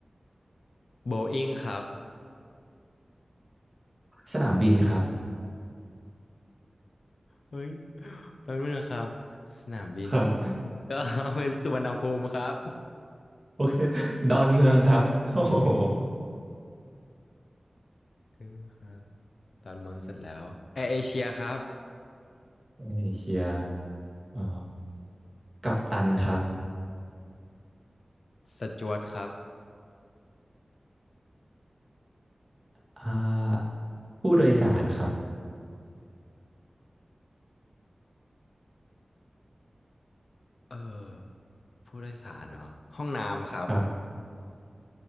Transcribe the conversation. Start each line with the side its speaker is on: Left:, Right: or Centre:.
Left: โบอิ้งครับ
Right: สนามบินครับ
Left: เฮ้ยแป๊บนึงนะครับสนามบิน
Right: ครับ
Left: <laughs> ก็เอาเป็นสุวรรณภูมิครับ
Right: <laughs> โอเคดอนเมืองครับ <laughs> โอ้โห
Left: เออครับตอนเมืองเสร็จแล้วแอร์เอเชียครับ
Right: เอเชียเอ่อกัปตันครับ
Left: สจ๊วตครับ
Right: อ่าผู้โดยสารครับ
Left: เออผู้โดยสารเนาะห้องน้ำครับ
Right: ครับ